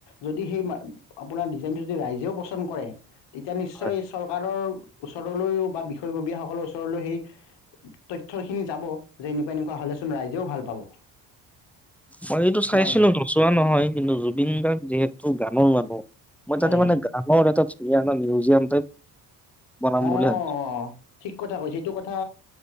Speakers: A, on the left; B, in the centre.
A: যদি সেই, আপোনাৰ ডিজাইনটো যদি ৰাইজেও পচন্দ কৰে, তেতিয়া নিশ্চয়
B: হয়
A: চৰকাৰৰ ওচৰলৈ বা বিষয়ববীয়াসকলৰ ওচৰলৈ সেই তথ্য খিনি যাব যে এনেকুৱা এনেকুৱা হলেচোন ৰাইজেও ভাল পাব।
B: মই এইটো চাইছিলো,
A: নহয় জানো
B: নচোৱা নহয়। কিন্তু জুবিন গাৰ্গ যিহেতু গানৰ মানুহ মই
A: হয়
B: তাতে
A: হয়
B: মানে গানৰ এটাত <unintelligible> না মিউজিয়াম টাইপ বনাম
A: অঁ,
B: বুলি ভাবিছো
A: ঠিক কথা কৈছে, সেইটো কথা